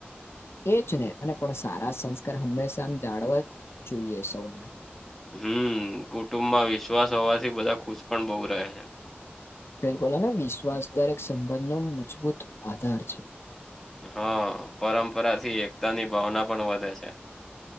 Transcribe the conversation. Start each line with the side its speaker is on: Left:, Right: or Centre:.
Left: એ જ ને અને પણ સારા સંસ્કાર હંમેશા આમ જાળવા જ જોઈએ સૌને.
Centre: હમ કુટુંબમાં વિશ્વાસ હોવાથી બધા ખુશ પણ બહુ રહે છે.
Left: બિલકુલ વિશ્વાસ દરેક સંબંધ નો મજબૂત આધાર છે.
Centre: હા પરંપરા થી એકતાની ભાવના પણ વધે છે.